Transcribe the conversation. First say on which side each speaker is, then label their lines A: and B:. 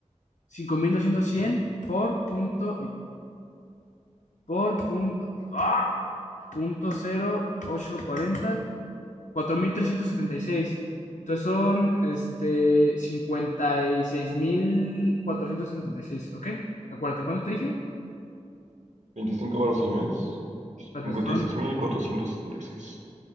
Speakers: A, on the left (about 85°); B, on the right (about 75°).
A: cinco mil doscientos cien por punto, por punto, ¡ah! punto cero ocho cuarenta cuatro mil trescientos setenta y seis Entonces son este cincuenta y y seis mil cuatrocientos setenta y seis ¿ok? Acuérdate, ¿cuánto te dije?
B: 25 varos al mes,
A: Espérate,
B: 56.476.
A: son